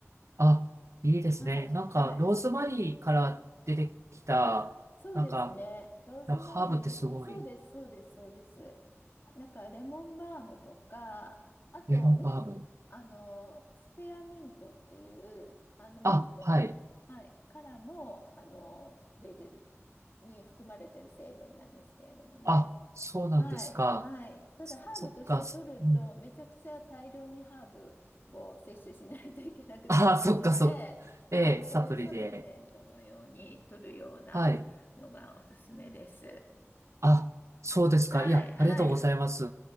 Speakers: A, on the right (about 70°); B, on the left (about 45°).
A: あ、いいですね。
B: はい、
A: なんか、
B: はい。
A: ローズマリーから出てきた、
B: あ、そうですね。
A: なんか、
B: ローズマリー、
A: なんかハーブってすごい。
B: そうです、そうです、そうです。なんか、レモンバームとか、あと、
A: レモンバーム。
B: ミン、あの、スペアミントっていう、あの、ミントの、
A: あ、はい。
B: はい、からも、あの、出る、に含まれてる成分なんですけれどもね。
A: あ、そうなんですか。
B: はい、はい。ただ、
A: そそっか、
B: ハーブとして取ると、
A: そうん。
B: めちゃくちゃ大量にハーブを摂取しないといけなくなっちゃうので、
A: あ、そっか、そっか。
B: はい、
A: ええ、サプリで。
B: こういうサプリメントのように取るようなのがおすすめです。
A: はい。あ、そうですか。
B: はい、
A: いや、
B: はい。
A: ありがとうございます。